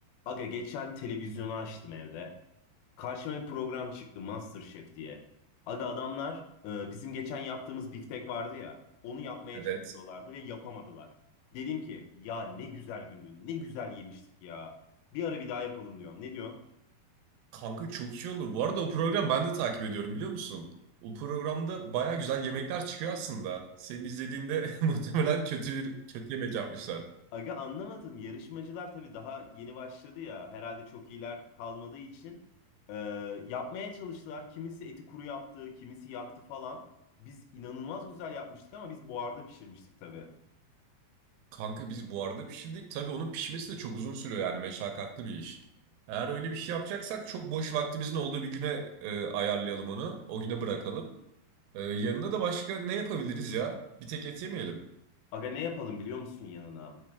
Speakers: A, on the left; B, on the right.
A: Aga geçen televizyonu açtım evde. Karşıma bir program çıktı MasterChef diye. Aga adamlar e, bizim geçen yaptığımız biftek vardı ya. Onu yapmaya
B: Evet.
A: çalışıyorlardı ve yapamadılar. Dedim ki ya ne güzel gündü, ne güzel yemiştik ya. Bir ara bir daha yapalım diyorum. Ne diyorsun?
B: Kanka çok iyi olur. Bu arada o program ben de takip ediyorum biliyor musun? O programda baya güzel yemekler çıkıyor aslında. Senin izlediğinde <laughs> muhtemelen kötü bir- kötü yemek yapmışlar.
A: Aga anlamadım. Yarışmacılar tabii daha yeni başladı ya. Herhalde çok iyiler kalmadığı için e, yapmaya çalıştılar. Kimisi eti kuru yaptı, kimisi yaktı falan. Biz inanılmaz güzel yapmıştık ama biz buharda pişirmiştik tabii.
B: Kanka biz buharda pişirdik. Tabii onun pişmesi de çok uzun sürüyor yani meşakkatli bir iş. Eğer öyle bir şey yapacaksak çok boş vaktimizin olduğu bir güne e, ayarlayalım onu. O güne bırakalım. E, yanına da başka ne yapabiliriz ya? Bir tek et yemeyelim.
A: Aga ne yapalım biliyor musun yanına?